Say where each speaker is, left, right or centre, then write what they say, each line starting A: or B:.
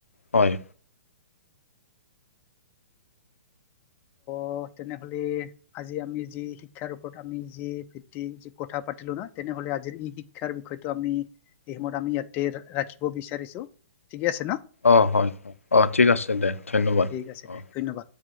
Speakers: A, on the left; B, on the left.
A: হয়।
B: অ তেনেহলে আজি আমি যি শিক্ষাৰ ওপৰত আমি যি ভিত্তিক যি কথা পাতিলো ন তেনে নেহলে আজিৰ ই শিক্ষাৰ বিষয়টো আমি এই সময়ত আমি ইয়াতে ৰাখিব বিচাৰিছো। ঠিকে আছে ন
A: অ হয় হয় অ ঠিক আছে দে ধন্যবাদ,
B: ঠিক আছে
A: অ।
B: দে ধন্যবাদ।